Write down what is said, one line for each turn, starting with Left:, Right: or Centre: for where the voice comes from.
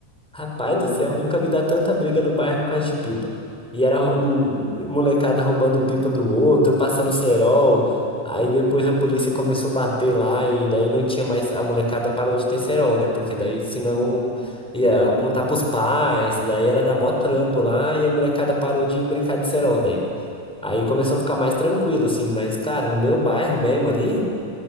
Centre: Rapaz
Right: Exato.
Centre: do céu, nunca vi dar tanta briga no bairro por causa de pipa. E era rou- molecada roubando pipa do outro, passando cerol. Aí depois a polícia começou a bater lá e daí não tinha mais. A molecada parou de ter cerol, né? Porque daí senão
Right: E,
Centre: ia
Right: e ó,
Centre: apontar
Right: né?
Centre: pros pais, daí era dar mó trampo lá e a molecada parou de brincar de cerol daí. Aí começou a ficar mais tranquilo, assim. Mas, cara, no meu bairro mesmo ali,